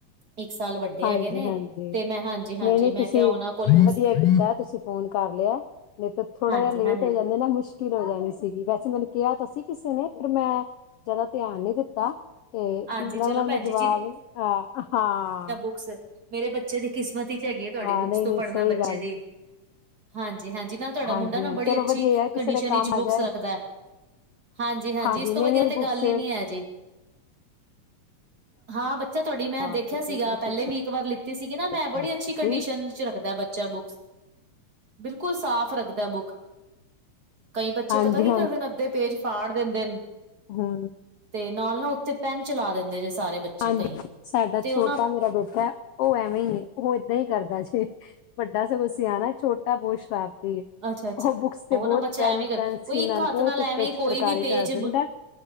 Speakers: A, on the right; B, on the left.
A: ਇੱਕ ਸਾਲ ਵੱਡੇ
B: ਹਾਂਜੀ-ਹਾਂਜੀ
A: ਹੈਗੇ ਨੇ ਤੇ ਮੈਂ ਹਾਂਜੀ ਹਾਂਜੀ
B: ਨਈ-ਨਈ
A: ਮੈਂ
B: ਤੁਸੀਂ
A: ਕਿਹਾ ਉਹਨਾਂ ਕੋਲ ਬੁੱਕਸ
B: ਵਧੀਆ ਕੀਤਾ ਤੁਸੀਂ ਫੋਨ ਕਰ ਲਿਆ। ਨਈ ਤੇ ਥੋੜਾ
A: ਹਾਂਜੀ
B: ਜਾ ਲੇਟ
A: ਹਾਂਜੀ
B: ਹੋ ਜਾਂਦੇ ਨਾ ਮੁਸ਼ ਕਿਲ ਹੋ ਜਾਣੀ ਸੀਗੀ ਵੈਸੇ ਮੈਨੂੰ ਕਿਆ ਤਾਂ ਸੀ, ਕਿਸੇ ਨੇ ਪਰ ਮੈਂ ਜਾਦਾ ਧਿਆਨ ਨੀ ਦਿੱਤਾ। ਤੇ
A: ਹਾਂਜੀ
B: ਨਾ
A: ਚਲੋ
B: ਮੈਂ ਓਨਾ
A: ਭੈਣ
B: ਨੂੰ ਜਵਾਬ
A: ਜੀ
B: ਆ ਹਾਂ।
A: ਬੁਕਸ ਮੇਰੇ ਬੱਚੇ ਦੀ ਕਿਸਮਤ ਵਿਚ ਹੈਗੀ ਐ ਤੁਹਾਡੀ
B: ਹਾਂ
A: ਬੁੱਕਸ
B: ਨਹੀਂ
A: ਤੋਂ
B: ਨਹੀਂ
A: ਪੜ੍ਹਨਾ
B: ਸਹੀ
A: ਬੱਚੇ
B: ਗੱਲ
A: ਦੀ। ਹਾਂਜੀ-ਹਾਂਜੀ, ਨਾਲ ਤੁਹਾਡਾ
B: ਹਾਂਜੀ
A: ਮੁੰਡਾ ਨਾ
B: ਹਾਂਜੀ
A: ਬੜੀ
B: ਚਲੋ
A: ਅੱਛੀ
B: ਵਧੀਆ ਯਾਰ ਕਿਸੇ
A: ਕੰਡੀਸ਼ਨ
B: ਦੇ ਕੰਮ
A: ਵਿਚ ਬੁੱਕਸ
B: ਆ ਜਾਏ
A: ਰੱਖਦਾ। ਹਾਂਜੀ-ਹਾਂਜੀ,
B: ਹਾਂਜੀ
A: ਇਸ ਤੋਂ
B: ਨਹੀਂ
A: ਵਧੀਆ
B: ਨਹੀਂ
A: ਤੇ
B: ਬੁੱਕਸ
A: ਗੱਲ ਹੀ ਨੀ ਹੈ ਜੀ ਹਾਂ, ਬੱਚਾ ਤੁਹਾਡੀ ਮੈਂ
B: ਹਾਂ
A: ਦੇਖਿਆ
B: ਨਹੀਂ ਨਹੀਂ
A: ਸੀਗਾ,
B: ਬਿਲਕੁਲ
A: ਪਹਿਲੇ
B: ਸਹੀ
A: ਵੀ ਇੱਕ ਵਾਰ ਲਿੱਤੀ ਸੀਗੀ ਨਾ, ਮੈਂ
B: ਕਹਿ
A: ਬੜੀ
B: ਰਹੇ
A: ਅੱਛੀ
B: ਤੁਸੀਂ
A: ਕੰਡੀਸ਼ਨ ਚ ਰੱਖਦਾ ਬੱਚਾ ਬੁੱਕ ਬਿਲਕੁਲ ਸਾਫ਼ ਰੱਖਦਾ ਬੁੱਕ ਕਈ ਬੱਚੇ
B: ਹਾਂਜੀ
A: ਪਤਾ ਕੀ ਕਰਦੇ ਨੇ, ਅੱਧੇ ਪੇਜ ਫਾੜ ਦਿੰਦੇ ਨੇ
B: ਹੂੰ
A: ਤੇ ਨਾਲ ਨਾ, ਉੱਥੇ ਪੈਨ ਚਲਾ ਦਿੰਦੇ ਜੇ ਸਾਰੇ ਬੱਚੇ
B: ਹਾਂਜੀ,
A: ਕਈ
B: ਸਾਡਾ
A: ਤੇ
B: ਛੋਟਾ
A: ਉਹ ਨਾ
B: ਮੇਰਾ ਬੇਟਾ ਉਹ ਐਵੇਂ ਹੀ, ਉਹ ਏਦਾਂ ਹੀ ਕਰਦਾ ਸੀੇ, ਵੱਡਾ ਸ ਕੁਸੀਿਆ ਨਾ, ਛੋਟਾ ਬਹੁ ਸ਼ਰਾਰਤੀ
A: ਅੱਛਾ- ਅੱਛਾ
B: ਬੁੱਕਸ ਤੇ
A: ਉਹ
B: ਬਹੁਤ
A: ਨਾ ਬੱਚਾ
B: ਪੈਨ
A: ਐਵੇ ਕਰਈ,
B: ਪੈਨਸਿਲ
A: ਇੱਕ ਹੱਥ
B: ਬਹੁਤ
A: ਨਾਲ ਐਵੇਂ
B: ਉੱਤੇ ਚਿੱਤਰਕਾਰੀ
A: ਕੋਈ ਵੀ ਪੇਜ
B: ਕਰ ਦਿੰਦਾ